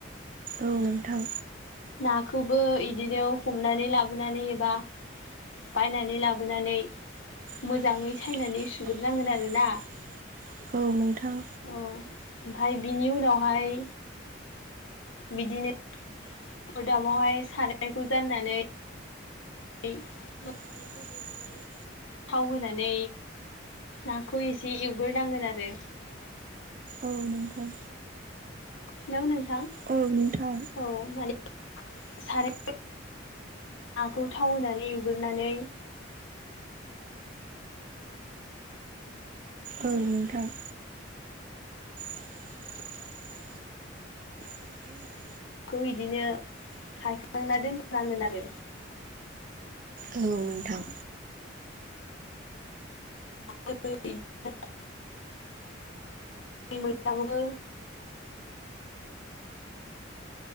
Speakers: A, on the right (about 40°); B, on the left (about 80°).
A: औ नोंथां
B: नाखौबो इदिनो हमनानै लाबोनानै एबा बायनानै लाबोनानै मोजाङै
A: मोजाङै
B: सायनानै सुग्रोनांगोन आरोना
A: औ नोंथां।
B: औ ओमफाय बिनि उनावहाय बिदिनो अरदाबावहाय सारायखौ जाननानै ऐ मा
A: सारायखौ दुंहोनानै
B: थाव होनानै नाखौ एसे एवग्रोनांगोन आरो।
A: औ नोंथां।
B: हेलौ नोंथां
A: औ नोंथां
B: औ माने साराय
A: <unintelligible> <unintelligible>
B: नाखौ थाव होनानै एवग्रोनानै
A: औ नोंथां। <inaudible> बिनि उनाव
B: खौ इदिनो हायखांना दोनथ'नांगोन आरो।
A: औ नोंथां।
B: <unintelligible> ऐ मैथाखौबो